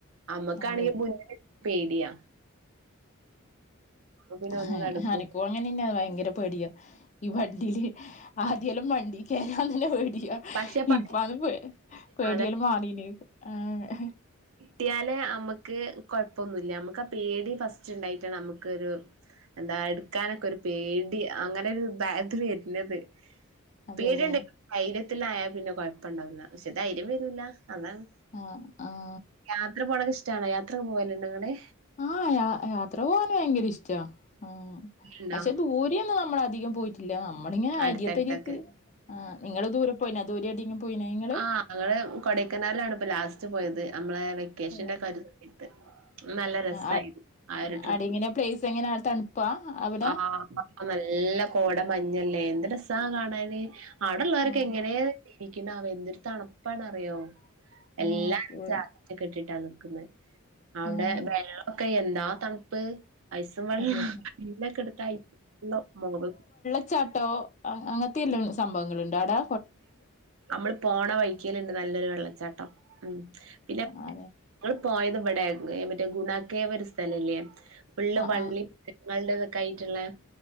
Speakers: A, on the right (about 70°); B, on the left (about 35°).
A: നമ്മക്കാണെങ്കി
B: അതെ
A: മുന്നേ പേടിയാ അപ്പൊ പിന്നെ
B: ആഹ്
A: ഒന്നും നടക്കൂല
B: അനക്കോ അങ്ങനന്നെയാ ഭയങ്കര പേടിയാ ഈ വണ്ടിയില് ആദ്യെല്ലാം വണ്ടീ കേറാൻ തന്നെ പേടിയാ
A: പക്ഷെ പഠിച്ച്
B: ഇപ്പത് പേ പേടിയെല്ലാം
A: അതെ
B: മാറീന് ആഹ്
A: കിട്ടിയാല് അമ്മക്ക് കൊഴപ്പൊന്നുല്ല നമ്മുക്കാ പേടി ഫസ്റ്റ് ഉണ്ടായിട്ടാണ് നമുക്കൊരു എന്താ എടുക്കാനൊക്കൊരു പേടി അങ്ങനെ ഒരുതായത് വരുന്നത്
B: അതെ
A: പേടിണ്ട
B: അതെ
A: ധൈര്യത്തിലായ പിന്നെ കുഴപ്പണ്ടാവില്ല പക്ഷെ ധൈര്യം വരൂല്ല അതാണ്
B: ആഹ് ആഹ്
A: യാത്ര പോണൊക്കിഷ്ടാണോ യാത്രൊക്കെ പോവല്ണ്ടൊങ്ങള്
B: ആഹ് യാത്ര പോകാന് ഭയങ്കരിഷ്ടാ ആഹ്
A: ണ്ടോ
B: പക്ഷെ ദൂ രെന്നും നമ്മളധികം പോയിട്ടില്ല നമ്മളിങ്ങനെ
A: അടുത്തടുത്തൊക്കെ
B: അരിയത്തരിയത്ത് ആഹ് നിങ്ങള് ദൂരെ പോയിനാ ദൂരെ എവിടെങ്കിലും പോയീനാ നിങ്ങള്
A: ആഹ് ഞങ്ങള് കൊടയ്ക്കനാലാണ്പ്പൊ ലാസ്റ്റ് പോയത് നമ്മളെ വെക്കേഷന്റെ
B: ഓഹ്
A: കാര്യത്ത് നല്ല രസായിരുന്നു
B: ആഹ്
A: ആഹ് ഒരു ട്രിപ്പ്
B: ആടെ എങ്ങനെ പ്ലേസ് എങ്ങനെ തണുപ്പാ അവിടെ
A: ആഹ് ആഹ് നല്ല കോട മഞ്ഞല്ലേ എന്ത് രസാ കാണാന് അവിടെള്ളോറൊക്കെ
B: ആഹ്
A: എങ്ങനേ ജീവിക്കു ക്ക്ണാവോ എന്തൊരു തണുപ്പാണറിയോ എല്ലാം
B: ആഹ് ഫുൾ
A: ജാക്കറ്റ് ഒക്കെ ഇട്ടിട്ടാ നിക്കുന്നേ അവിടെ
B: ആഹ്
A: വെള്ളൊക്കെ എന്താ തണുപ്പ് ഐസും വെള്ളംല്ലക്കെടുത്ത
B: അതെ അതെ
A: ഐസുവെള്ളം മുഖം
B: ച്ചാട്ടോ അങ്ങൻത്തെയെല്ലാം സംഭവങ്ങള്ണ്ട് അവ്ടാ
A: നമ്മള് പോണ വൈക്കല്ണ്ട് നല്ലൊരു വെള്ളച്ചാട്ടം ഉം പിന്നെ
B: ആണ്
A: ങ്ങള് പോയത് ഇബടെ ഏഹ് മറ്റേ ഗുണാക്കേവൊരു സ്ഥലല്ലേ? ഫുള്ള്
B: ആഹ്
A: വള്ളി
B: ആഹ്
A: <unintelligible> <unintelligible> ഇതൊക്കായ്റ്റ്ള്ള,